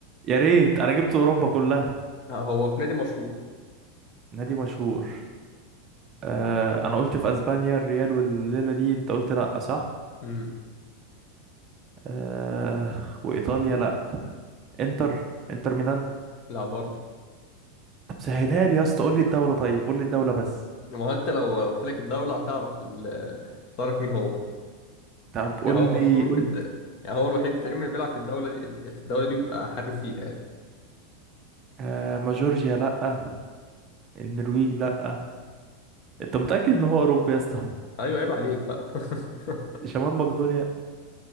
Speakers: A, on the right (about 20°); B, on the left (about 35°).
A: يا ريت أنا جبت أوروبا كلها
B: آه، هو في نادي مشهور
A: نادي مشهور آه أنا قلت في أسبانيا الريال والليلة دي أنت قلت لأ صح
B: امم
A: آه وإيطاليا لأ إنتر إنتر ميلان
B: لا برضه
A: طب سهلها لي يا اسطى قول لي الدولة طيب قول لي الدولة بس
B: ما هو انت لو لو قلت لك الدولة هتعرف ال... هتعرف مين هو
A: طب قول
B: يعني هو مشهور
A: لي قول
B: بال
A: لي.
B: يعني هو الوحيد تقريبا لا اللي بيلعب في الدولة دي في الدولة دي بيبقى حريف فيها يعني
A: آه ما جورجيا لأ النرويج لأ أنت متأكد إن هو أوروبا يا اسطى
B: ايوه عيب عليك بقى <laughs>
A: <laughs> شمال مقدونيا